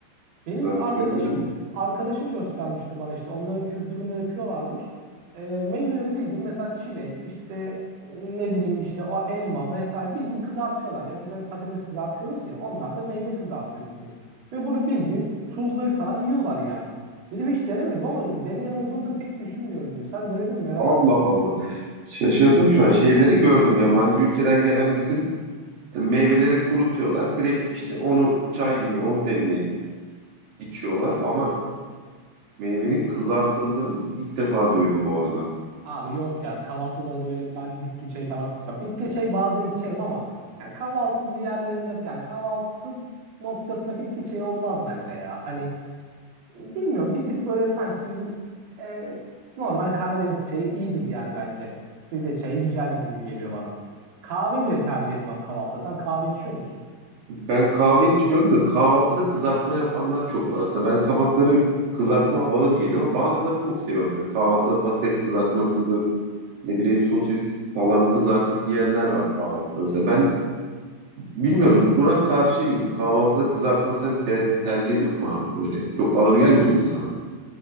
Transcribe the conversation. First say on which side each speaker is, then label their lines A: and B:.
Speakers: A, on the right; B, on the right.
A: Benim
B: örnek
A: arkadaşım
B: verebilir misin?
A: arkadaşım göstermişti bana işte onların kültüründe yapıyorlarmış. Ee, meyveleri bildim mesela çilek işte ne bileyim işte o elma vesaire bildiğin kızartıyorlar ya biz hani patates kızartıyoruz ya onlar da meyve kızartıyor bildiğin. Ve bunu bildiğin tuzlayıp falan yiyorlar yani. Dedim hiç denemedim ama dedim deneyen olduğunu da pek düşünmüyorum dedim. Sen denedin mi merak
B: Allah
A: ettim o
B: Allah.
A: yüzden.
B: Şaşırdım şu an. Şeyleri gördüm. Yabancı ülkeden gelen bizim meyveleri kurutuyorlar. Direkt işte onu çay gibi onu demleyip içiyorlar. Ama meyvenin kızartıldığını ilk defa duydum bu arada.
A: Abi yok ya kahvaltıda böyle ben bitki çayı falan bak bitki çayı bazen içerim ama yani kahvaltıcı yerlerinde yani kahvaltı noktasında bitki çayı olmaz bence ya. Hani bilmiyorum bir tık böyle sanki bizim e, normal Karadeniz çayı iyidir yani bence. Rize çayı güzeldir gibi geliyor bana. Kahve bile tercih etmem kahvaltıda. Sen kahve içiyor musun?
B: Ben kahve içmiyorum da kahvaltıda kızartma yapanlar çok var. Aslında ben sabahları kızartma ağır geliyor ama bazıları çok seviyor. Mesela kahvaltıda patates kızartmasıdır, ne bileyim sosis salam kızartıp yiyenler var kahvaltıda. Mesela ben bilmiyorum buna karşıyım gibi. Kahvaltıda kızartma sen ter- tercih ediyor mu abi böyle? Çok ağır gelmiyor mu sana?